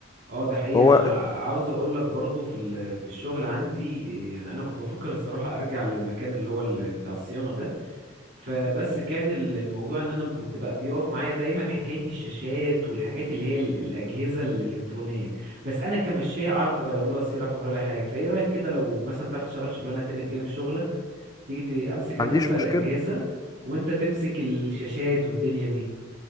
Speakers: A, on the right; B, on the left.
A: اه ده حقيقي يعني
B: هو
A: انا عاوز اقول لك برضو في ال- في الشغل عندي إيه، يعني انا كنت بفكر الصراحه ارجع للمكان اللي هو ال- بتاع الصيانه ده فبس كان ال- الموضوع ان انا كنت بقى بيقف معايا دايما حكايه الشاشات والحاجات اللي هي ال- الاجهزه الالكترونيه بس انا كمشاية اعرف اغير لها سير اعرف اغير لها حاجه فايه رايك كده لو مثلا تعرف تشتغل شغلانه تانية بجانب شغلك تيجي ت- امسك
B: ما
A: انا
B: عنديش
A: مثلا
B: مشكله
A: الاجهزه وانت تمسك الشاشات والدنيا دي